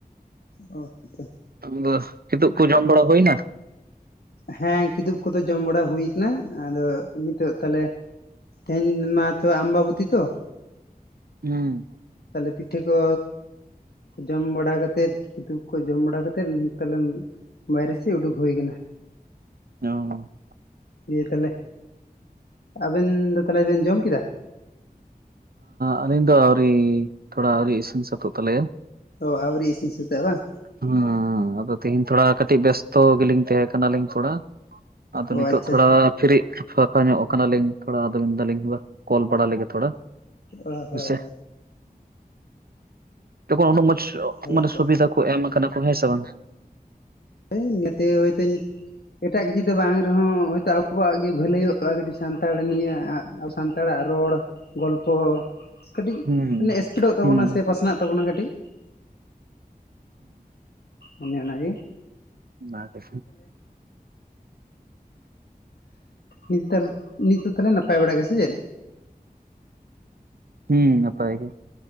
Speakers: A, on the left; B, on the right.
A: ᱚ ᱟᱪᱪᱷᱟ᱾
B: ᱟᱫᱚ ᱠᱤᱛᱩ ᱠᱚ ᱡᱚᱢ ᱵᱟᱲᱟ ᱦᱩᱭᱱᱟ?
A: ᱦᱮᱸ ᱠᱤᱫᱩᱵ ᱠᱚᱫᱚ ᱡᱚᱢ ᱵᱟᱲᱟ ᱦᱩᱭᱩ ᱱᱟ ᱟᱫᱚ ᱱᱤᱛᱚᱜ ᱛᱟᱞᱦᱮ ᱛᱮᱦᱮᱧ ᱢᱟ ᱛᱚ ᱟᱢᱵᱟᱵᱩᱛᱤ ᱛᱚ
B: ᱦᱩᱸ
A: ᱛᱟᱞᱮ ᱯᱤᱴᱷᱟᱹ ᱠᱚ ᱡᱚᱢ ᱵᱟᱲᱟ ᱠᱟᱛᱮᱫ ᱠᱫᱩᱜ ᱠᱚ ᱡᱚᱢ ᱵᱟᱲᱟ ᱠᱟᱛᱮᱫ ᱱᱚᱱᱛᱮ ᱵᱟᱭᱨᱮᱥᱮᱜ ᱩᱰᱩᱠ ᱦᱩᱭ ᱠᱟᱱᱟ
B: ᱚ
A: ᱫᱤᱭᱮ ᱛᱟᱞᱦᱮ ᱟᱵᱮᱱ ᱫᱚ ᱛᱟᱞᱦᱮ ᱵᱮᱱ ᱡᱚᱢ ᱠᱮᱫᱟ?
B: ᱟᱞᱤᱧ ᱫᱚ ᱟᱹᱣᱨᱤ ᱛᱷᱚᱲᱟ ᱟᱹᱣᱨᱤ ᱤᱥᱤᱱ ᱥᱟᱹᱛᱚᱜ ᱛᱟᱞᱮᱭᱟ
A: ᱚ ᱟᱣᱨᱤ ᱤᱥᱤᱱ ᱥᱟᱛ ᱚᱜ-ᱟ ᱵᱟᱝ
B: ᱦᱮᱸ ᱟᱫᱚ ᱛᱮᱦᱤᱧ ᱛᱷᱚᱲᱟ ᱠᱟᱹᱴᱤᱡ ᱵᱮᱥᱛᱚ ᱜᱮᱞᱤᱧ ᱛᱮᱦᱮᱸ ᱠᱟᱱᱟ ᱞᱤᱧ ᱛᱷᱚᱲᱟ ᱟᱫᱚ ᱱᱤᱛᱚᱜ
A: ᱚ ᱟᱪᱪᱷᱟ
B: ᱛᱷᱚᱲᱟ ᱯᱷᱤᱨᱤ ᱯᱷᱟᱠᱟ ᱧᱚᱜ ᱠᱟᱱᱟᱞᱤᱧ ᱛᱷᱚᱲᱟ ᱟᱫᱚ ᱢᱮᱱᱫᱟᱞᱤᱧ ᱵᱟᱦ ᱠᱚᱞ ᱵᱟᱲᱟ ᱞᱮᱜᱮ ᱛᱷᱚᱲᱟ
A: ᱚ ᱦᱳᱭ
B: ᱥᱮ
A: ᱦᱳᱭ
B: ᱛᱚᱠᱷᱚᱱ ᱩᱱᱟᱹᱜ ᱢᱚᱡ
A: ᱦᱳᱭ
B: ᱢᱟᱱᱮ
A: ᱛᱚ
B: ᱥᱩᱵᱤᱫᱟ ᱠᱚ ᱮᱢ ᱠᱟᱱᱟ ᱠᱚ ᱦᱮᱸ ᱥᱮ ᱵᱟᱝ
A: ᱦᱮᱸ ᱱᱮᱛᱮᱭᱚ ᱦᱚᱭᱛᱮᱧ ᱮᱴᱟᱜ ᱠᱤᱪᱷᱩ ᱫᱚ ᱵᱟᱝ ᱨᱮᱦᱚᱸᱦᱚᱭᱛᱚ ᱟᱵᱚᱣᱟᱜ ᱜᱮ ᱵᱷᱟᱹᱞᱟᱹᱭ ᱚᱜᱼᱟ ᱠᱟᱹᱴᱤᱡ ᱥᱟᱱᱛᱟᱲ ᱱᱤᱭᱟᱹ ᱟᱜ ᱥᱟᱱᱛᱟᱲ-ᱟᱜ ᱨᱚᱲ ᱜᱚᱞᱯᱷᱚ ᱠᱟᱹᱴᱤᱡ
B: ᱦᱩᱸ
A: ᱢᱟᱱᱮ ᱮᱥᱯᱤᱴᱚᱜ ᱛᱟᱵᱚᱱᱟ
B: ᱦᱩᱸ
A: ᱥᱮ ᱯᱟᱥᱱᱟᱜ ᱛᱟᱵᱚᱱᱟ ᱠᱟᱹᱴᱤᱡ ᱚᱱᱮ ᱚᱱᱟ ᱜᱮ
B: ᱟᱪᱷᱟ
A: ᱱᱤᱛ ᱛᱟᱞ ᱱᱤᱛ ᱫᱚ ᱛᱟᱦᱞᱮ ᱱᱟᱯᱟᱭ ᱵᱟᱲᱟᱭ ᱜᱮ? ᱥᱮ ᱪᱮᱫ
B: ᱦᱩᱸ ᱱᱟᱯᱟᱭ ᱜᱮ